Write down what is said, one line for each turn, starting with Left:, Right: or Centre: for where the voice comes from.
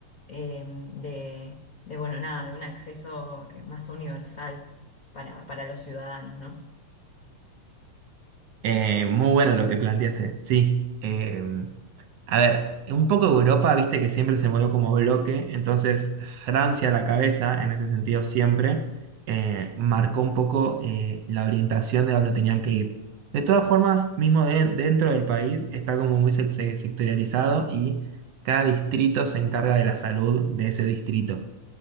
Left: eh, de, de, bueno, nada, de un acceso eh, más universal para, para los ciudadanos, ¿no?
Right: Eh, muy bueno lo que planteaste, sí. Eh, a ver, un poco Europa, viste que siempre se movió como bloque, entonces Francia a la cabeza, en ese sentido siempre, eh, marcó un poco eh, la orientación de dónde tenían que ir. De todas formas, mismo de- dentro del país está como muy se- se- sectorializado y cada distrito se encarga de la salud de ese distrito.